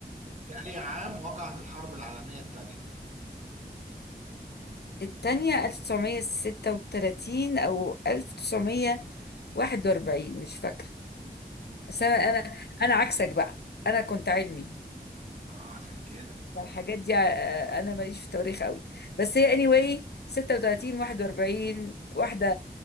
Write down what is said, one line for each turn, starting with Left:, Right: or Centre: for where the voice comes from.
Right: في اي عام وقعت الحرب العالميه الثانيه
Left: التانية 1936 او 1941 مش فاكره بس
Right: اه
Left: انا انا انا عكسك بقى انا كنت علمي
Right: آه، عشان كده
Left: فالحاجات دي آه، انا ماليش في التواريخ قوي بس هي اني anyway 36 41 واحده